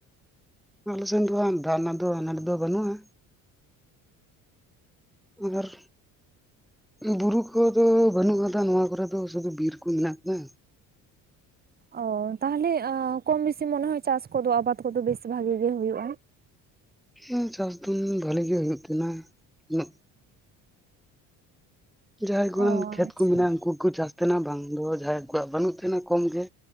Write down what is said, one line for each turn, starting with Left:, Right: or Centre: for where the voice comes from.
Centre: ᱟᱞᱮᱥᱱ ᱫᱚ ᱦᱟᱸᱜ ᱫᱟᱜ ᱨᱮᱱᱟᱜ ᱫᱚ ᱟᱱᱟᱴ ᱫᱚ ᱵᱟᱹᱱᱩᱜ-ᱟ᱾ ᱟᱨ ᱵᱩᱨᱩ ᱠᱚᱫᱚ ᱵᱟᱹᱱᱩᱜ ᱟᱠᱟᱫᱟ ᱱᱚᱣᱟ ᱠᱚᱨᱮᱫᱚ ᱥᱩᱫᱩ ᱵᱤᱨ ᱠᱚ ᱢᱮᱱᱟᱜᱠᱟᱫᱟ᱾
Right: ᱚ ᱛᱟᱦᱚᱞᱮ ᱠᱚᱢ ᱵᱮᱥᱤ ᱢᱚᱱᱮ ᱦᱚᱭ ᱪᱟᱥ ᱠᱚᱫᱚ ᱟᱵᱟᱫ ᱠᱚᱫᱚ ᱵᱮᱥ ᱵᱷᱟᱜᱤ ᱜᱮ ᱦᱩᱭᱩᱜ-ᱟ?
Centre: ᱦᱩᱸ ᱪᱟᱥ ᱫᱚ ᱵᱟᱹᱞᱤᱜ ᱜᱮ ᱦᱩᱭᱩᱜ ᱛᱟᱦᱮᱱᱟ ᱩᱱᱟᱹᱜ ᱡᱟᱦᱟᱸᱭ ᱠᱚᱣᱟᱝ
Right: ᱚ ᱟᱪᱪᱷᱟ
Centre: ᱠᱷᱮᱛ ᱠᱚ ᱢᱮᱱᱟᱜ-ᱟ ᱩᱱᱠᱩᱠᱚ ᱪᱟᱥ ᱛᱟᱦᱮᱱᱟ ᱵᱟᱝ ᱫᱚ ᱡᱟᱦᱟᱸᱭ ᱠᱚᱣᱟᱜ ᱵᱟᱹᱱᱩᱜ ᱛᱟᱦᱮᱱᱟ ᱠᱚᱢ ᱜᱮ